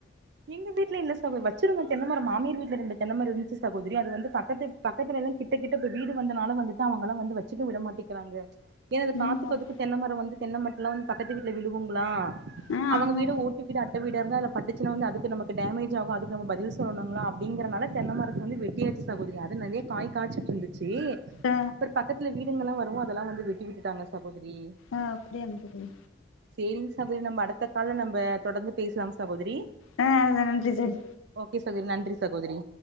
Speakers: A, on the right (about 55°); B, on the left (about 85°).
A: எங்க வீட்ல இல்ல சகோ வச்சிருந்தோ தென்னமர மாமியார் வீட்ல ரெண்டு தென்னமரம் இருந்துச்சு சகோதரி அது வந்து பக்கத்து பக்கத்துல எல்லா கிட்ட கிட்ட இப்ப வீடு வந்தனால வந்துட்டு அவங்கல்லா வந்து வச்சுக்க விட மாட்டிங்கிறாங்க என்னா அது
B: ம்
A: காத்துக்கு
B: ஓகே
A: அதுக்கு தென்ன மரம் வந்து தென்ன மட்ட எல்லா வந்து பக்கத்து வீட்ல விழுகுங்களா
B: ஆ
A: அவங்க
B: ஆமா
A: வீடு ஓட்டு வீடு அட்ட வீட இருந்தா அதுல பட்டுச்சு னா வந்து அது நமக்கு டேமேஞ்ச் ஆகு அதுக்கு நம்ம பதில் சொல்லணுங்களா அப்டிங்கறனால தென்ன மரத்த வந்து வெட்டியாச்சு சகோதரி அது நறைய காய் காச்சிட்ருந்துச்சி
B: ஆ
A: அப்ற பக்கத்துல வீடுங்கல்லா வரவு அதெல்லா வந்து வெட்டி விட்டுட்டாங்க சகோதரி
B: ஆ அப்டியாங்க சகோதரி
A: சேரிங் சகோதரி நம்ம அடுத்த கால்ல நம்ப தொடர்ந்து பேச்லாம் சகோதரி
B: அ அத நன்றி சரி
A: ஓகே சகோதரி நன்றி சகோதரி